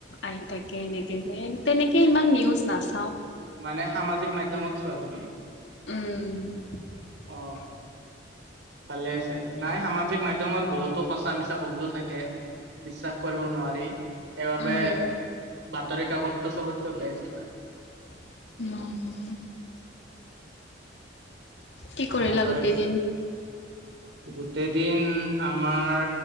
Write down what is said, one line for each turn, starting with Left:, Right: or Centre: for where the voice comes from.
Left: আহি থাকে এনেকে যে তেনেকে ইমান নিউজ নাচ
Right: মানে সামাজিক মাধ্যমত চোৱা তুমি।
Left: উম।
Right: অ ভালে হৈছে নাই সামাজিক মাধ্যমত বহুতো সঁচা মিছা বহুতো থাকে। বিশ্বাস কৰিব নোৱাৰি সেইবাবে।
Left: উম।
Right: তাৰে কাগৰত তোৰ চবত কৈ বেষ্ট হয়।
Left: উ। কি কৰিলা
Right: বাতৰি
Left: গোটেই দিন?
Right: গোটেই দিন আমাৰ